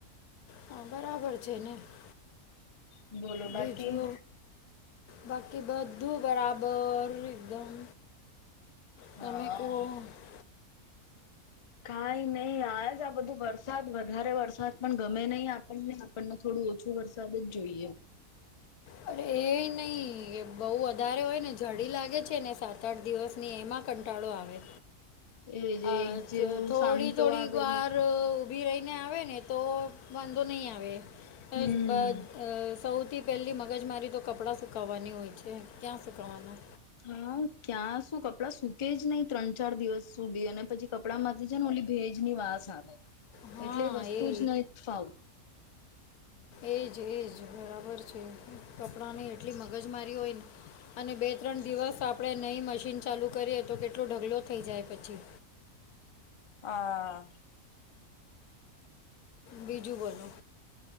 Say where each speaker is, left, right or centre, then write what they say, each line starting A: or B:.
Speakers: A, on the left; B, on the left.
A: હા, બરાબર છે ને?
B: બોલો બાકી
A: વિજુ બાકી બધું બરાબર એકદમ.
B: હા
A: તમે ઓ <unintelligible>
B: કઈ નઇ આજ આ બધું વરસાદ. વધારે વરસાદ પણ ગમે નહી આપણને આપણને થોડું ઓછું વરસાદ જ જોઈએ.
A: અરે એ નહિ એ બહુ વધારે હોય ને જડી લાગે છે ને સાત- આઠ દિવસની એમાં કંટાળો આવે.
B: એ જે
A: આજ
B: એક જેવો
A: થોડી
B: સામટો
A: થોડી
B: આવે
A: વાર ઊભી રહીને આવે ને તો વાંધો નહીં આવે
B: હમ
A: બ અ સૌથી પેલી મગજ મારી તો કપડાં સુકવાની હોય છે ક્યાં સુકાવાના
B: હા ક્યાં શું કપડાં સુકે જ નહી. ત્રણ ચાર દિવસ સુધી અને પછી કપડા માંથી છે ને ઓલી ભેજ ની વાસ આવે
A: હા
B: એટલે વસ્તુ
A: એ
B: જ નય ફાવ
A: એજ એજ બરાબર છે. કપડાં ની એટલી મગજ મારી હોય ને અને બે ત્રણ દિવસ આપણેે નઈ મશીન ચાલુ કરીએ. તો કેટલો ઢગલો થઈ જાય પછી.
B: આ
A: બીજું બોલો.